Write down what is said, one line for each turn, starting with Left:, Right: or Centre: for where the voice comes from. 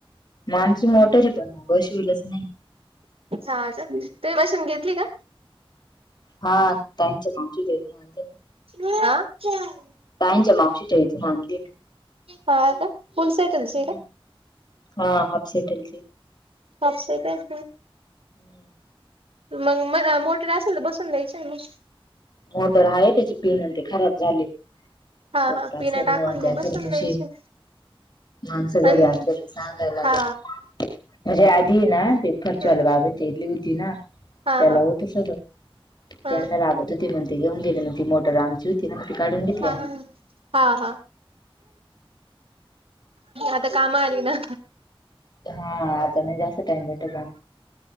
Left: माणस मोटर आहे पण मग शि होईलच नाही
Right: हा तु भासून घेतली का
Left: हा ताच मावशी देऊून आणते ना
Right: म
Left: ताईंच्या मावशीच्या इथून आणली
Right: हाता फुल सटल
Left: ना.
Right: शेर
Left: हा आप सिटेल
Right: सपसे तर
Left: हम्
Right: मग म मोठेर असेल तर बसून द्यायच्या म
Left: मोटर आहेा त्याचे पिनल ते खराब झाले
Right: हा
Left: त्या
Right: हा
Left: तास
Right: पिना
Left: येऊन
Right: टाकून
Left: त्या
Right: मग
Left: एखच
Right: बसून
Left: दिवशी
Right: द्यायची.
Left: माणसं घरी
Right: अन
Left: असले तर सांगायलागल
Right: हा
Left: म्हणजे आधी ना ते फरचवालं
Right: हा
Left: बाबाणच्या इेतली होती ना
Right: हा
Left: त्याला होत सगळं
Right: हा
Left: त्यांना लागत होती म्हणते घेऊन गेले ना ती मोटर आमची होती ति काढून घेतली
Right: हा हा हा आता काम आली ना
Left: हा त जास्त टाइम बेठो